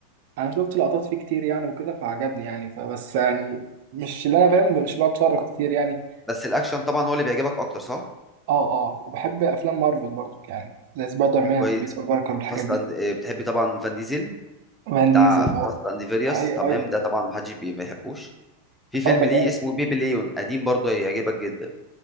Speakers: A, on the right; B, in the centre.
A: انا شفت لقطات فيه كتير يعني وكده فعجبني يعني فبس يعني مش اللي انا فاهم مش بتفرج كتير يعني
B: بس الاكشن طبعا هو اللي بيعجبك اكتر صح
A: اه اه وبحب افلام مارفل برضو يعني زي سبايدر مان
B: كويس
A: بيتر باركر والحاجات
B: فاصلا
A: دي
B: بتحبي طبعا فان ديزل
A: فان
B: بتاع
A: ديزل اه
B: فاست اند فيريوس
A: ايوه
B: تمام
A: ايوه
B: ده طبعا محدش بي- ما يحبوش في فيلم
A: اه ده
B: ليه
A: جامد
B: اسمه بيبي ليون قديم برضه هيعجبك جدا